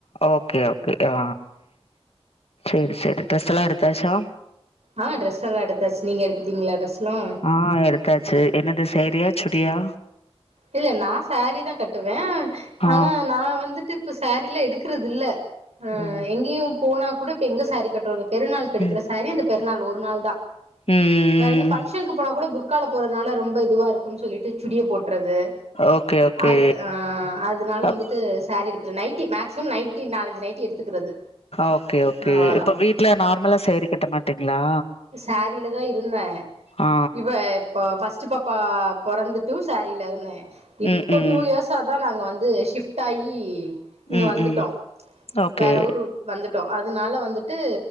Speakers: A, on the left (about 70°); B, on the right (about 85°).
A: ஓகே ஓகே ஆ சேரி சேரி டெஸ்ட் எல்லா எடுத்தாச்சா
B: ஆ ட்ரஸ் எல்லா எடுத்தாச்சு நீங்க எடுத்துட்டீங்களா ட்ரெஸ்லா
A: ஆ எடுத்தாச்சு என்னது சேரியா சுடியா
B: இல்ல நா சேரீ தா கட்டுவ
A: ஆ
B: ஆனா நா வந்துட்டு இப்ப சேரீயெல்லா எடுக்க குறது இல்ல அ
A: ஓ
B: எங்கேயு போனா கூட இப்ப எங்க சேரி கட்டுவாங்க பெருநாளுக்கு எடுக்கர
A: ம்
B: சேரி இந்த பெநாள் ஒரு நாள் தா
A: ம்
B: வேற எங்க பங்க்ஷனுக்கு போன கூட புர்கால போறதுனால ரொம்ப இதுவா இரு க்கு சொல்லிட்டு சுடிய போட்டுறது
A: ஓகே ஓகே
B: அது ஆ அது அதனால
A: அப்
B: வந்துட்டு சேரி எடுக்கல நைட்டி மேக்சிமம் நைட்டி நாலஞ்சு நைட்டி எடுத்துக்கிறது
A: ஓகே ஓகே
B: அவ்ளோதா
A: இப்ப வீட்ல நார்மலா சேரி கட்ட மாட்டீங்களா
B: சேரில தா இருந்த
A: ஆ
B: இவ இப்ப பஸ் <unintelligible> ப்பா பொறந்துட்டு சேரில இருந்தே இப்ப
A: ம் ம்
B: டூ இயர்ஸ்சாதா நாங்க வந்து ஷிப் ட் ஆயி இங்க
A: ம்
B: வந்துட்டோ
A: ம் ஓகே
B: வேற ஊரு வந்துட்டோ அதனால வந்துட்டு